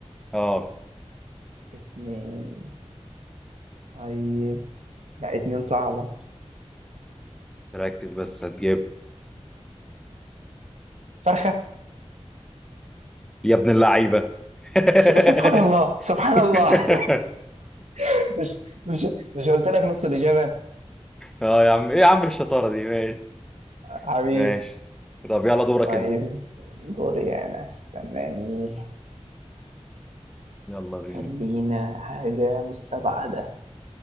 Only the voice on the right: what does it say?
اتنين طيب لا اتنين صعبة
فرخة
ش- سبحان الله سبحان الله <laughs> مش مش مش قلت لك نص الإجابة
حبيبي
طيب
دوري أنا استناني
خلينا حاجة مستبعدة